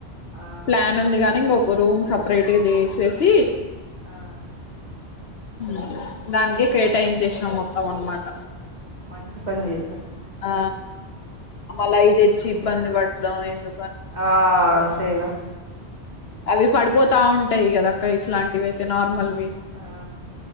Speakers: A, on the right; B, on the left.
A: ఆ
B: ప్లాన్ ఉంది గాని ఇంగో రూమ్ సపరేట్గా చేసేసి
A: ఆ
B: ఉ దానికే కేటాయించేసినం మొత్తం అన్ మాట
A: మంచి పని చేసా
B: ఆ ఆ మల్ల అయి తేచ్చి ఇబ్బంది పడు ద ఏందు
A: ఆ అంతేగా
B: అవి పడిపోతా ఉంటాయి కదక్క ఇట్లాంటివి అయితే నార్మల్ వి
A: ఆ